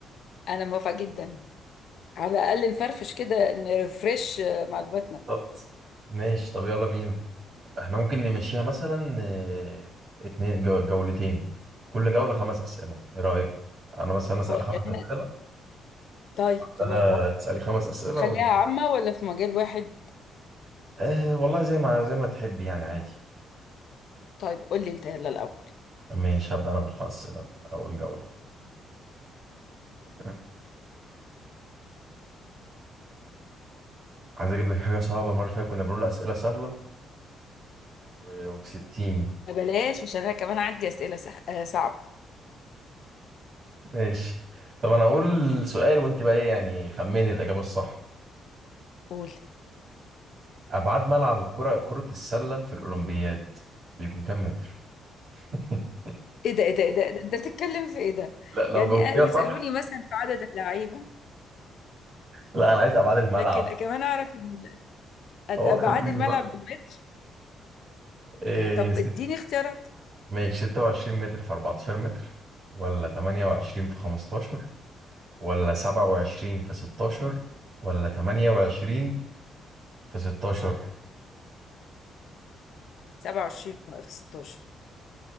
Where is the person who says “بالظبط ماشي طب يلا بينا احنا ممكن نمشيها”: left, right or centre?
Right